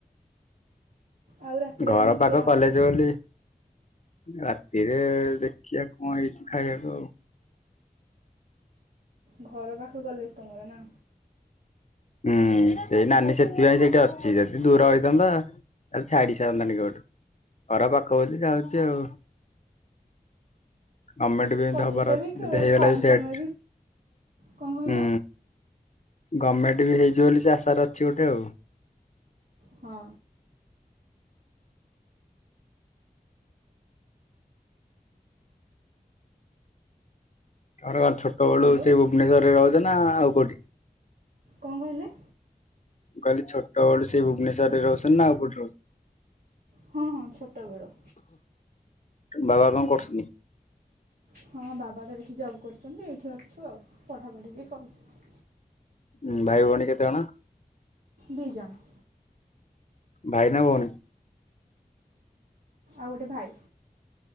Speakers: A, on the right; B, on the left.
A: ଆଉ ରାତିରେ
B: ଘର
A: କଣ
B: ପାଖ
A: ଖିଆ
B: କଲେଜ
A: ହବ
B: ବୋଲି ରା ହିରେ ଦେଖିବା କଣ ହେଇଛି ଖାଇବାକୁ ଆଉ।
A: ଘର ପାଖ କଲେଜ ତମର ନା?
B: ହୁଁ ସେଇ ନାନୀ ସେଥିପାଇଁ ସେଇଠି ଅଛି ଯଦି ଦୂର ହେଇଥାନ୍ତା ତାହଲେ ଛାଡି ସାରନ୍ତାଣି କେବେଠୁ ଘର ପାଖ ବୋଲି ଯାଉଛି ଆଉ। ଗମେଣ୍ଟ ବି ଏମିତି
A: କଲେଜରେ
B: ହବାର ଅଛି
A: ବି
B: ଯଦି ହେଇଗଲା
A: କମ୍
B: ବି ସେଟ
A: ସମୟ କଣ କହିଲ
B: ହୁଁ। ଗଭମେଣ୍ଟ ବି ହେଇଯିବ ବୋଲି ସେ ଆଶାରେ ଅଛି ଗୋଟେ ଆଉ।
A: ହଁ।
B: ଆଉ ନୁହେଁ ଛୋଟବେଳୁ
A: ହ୍ୟାଲୋ
B: ସେ ଭୁବନେଶ୍ୱରରେ ରହୁଛନ୍ତି। ନା ଆଉ କୋଉଠି?
A: କଣ କହିଲେ?
B: ମୁଁ କହିଲି ଛୋଟବେଳୁ ସେ ଭୁବନେଶ୍ୱରରେ ରହୁଛନ୍ତି ନା ଆଉ କୋଠି ରହୁଛ?
A: ହଁ ହଁ ଛୋଟ ବେଳୁ।
B: ବାବା କଣ କରୁସନ୍ତି?
A: ହଁ ବାବା ତ ଏଇଠି ଜବ୍ କରୁଛନ୍ତି ଏଇଠି ଅଛୁ ଆଉ ପଢ଼ାପଢ଼ି ବି କରୁଛି।
B: ହୁଁ ଭାଇ ଭଉଣୀ କେତେ ଜଣ?
A: ଦି ଜଣ।
B: ଭାଇ ନା ଭଉଣୀ?
A: ଆଉ ଗୋଟେ ଭାଇ।